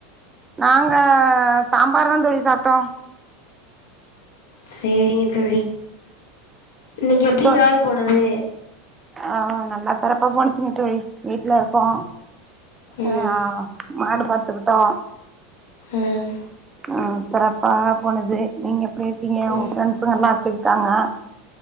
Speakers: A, on the right; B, on the left.
A: நாங்க சாம்பார் தான் தோழி சாப்டோ
B: சேரிங்க தோழி இன்னைக்கு எப்டி
A: தோ
B: நாள் போனது
A: ஆ நல்லா சிறப்பா போச்சுங்க தோழி வீட்டுல இருக்கோ
B: ம்
A: ஏ ஆ மா பாத்துக்குட்டோ
B: ம்
A: ம் சிறப்பா போனது நீங்க எப்டி இருக்கீங்க உங்க
B: ம்
A: பிரெண்ட்ஸ்கெலாம் எப்டி இருக்காங்க